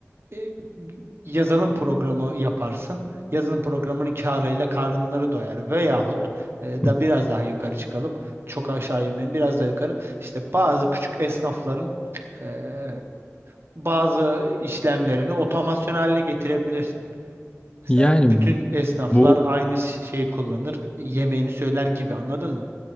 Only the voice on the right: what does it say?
e, bir yazılım programı yaparsın. Yazılım programının karıyla karınları doyar veyahut e,
da biraz daha yukarı çıkalım. Çok aşağı inmeyin biraz daha yukarı. İşte bazı küçük esnafların e, bazı işlemlerini otomasyon haline getirebilirsin. Mesela
bütün esnaflar
aynı ş- şeyi kullanır, yemeğini söyler gibi anladın mı?